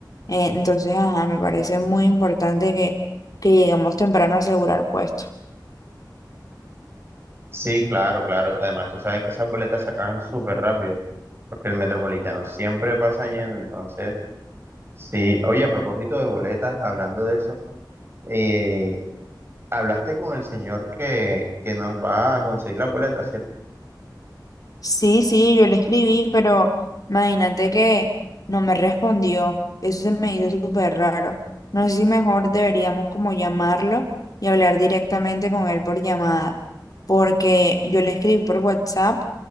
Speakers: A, on the left; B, on the right.
A: Eh, entonces, ajá, me parece muy importante que, que lleguemos temprano a asegurar puesto.
B: Sí, claro, claro. Además, tú sabes que esas boletas se acaban súper rápido, porque el metropolitano siempre pasa lleno, entonces... Sí, oye, a propósito de boletas, hablando de eso, eh, hablaste con el señor que, que nos va a conseguir las boletas, ¿cierto?
A: Sí, sí, yo le escribí, pero imagínate que no me respondió. Eso se me hizo súper raro. No sé si mejor deberíamos como llamarlo y hablar directamente con él por llamada, porque yo le escribí por WhatsApp